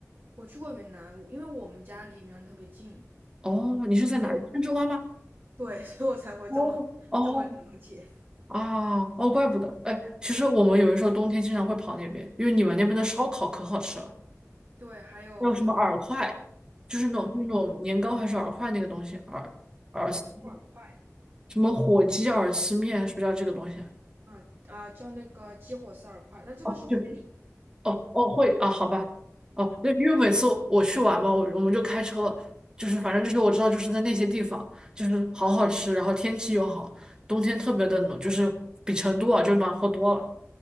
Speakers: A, on the right (about 40°); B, on the right (about 15°).
A: 我去过云南，因为我们家离云南特别近，
B: 哦，你是在哪里？
A: 所以我。
B: 攀枝花吗？
A: 对，<laughs> 所以我才会这么这么了解。
B: 哦哦啊哦，怪不得。哎，其实我们有的时候冬天经常会跑那边，因为你们那边的烧烤可好吃了，
A: 对，还有水，
B: 还有什么饵块，就是那种就是那种年糕还是饵块那个东西，
A: 嗯，
B: 饵饵丝
A: 对，我们叫饵块，
B: 什么火鸡饵丝面，是不是叫这个东西？
A: 嗯啊、叫那个激活式饵块，但这个是会理的。
B: 哦，对，哦哦会啊，好吧，哦，那因为每次我去玩嘛，我我们就开车，就是反正就是我知道就是在那些地方，就是好好吃，然后天气又好，冬天特别的冷，就是比成都啊就暖和多了，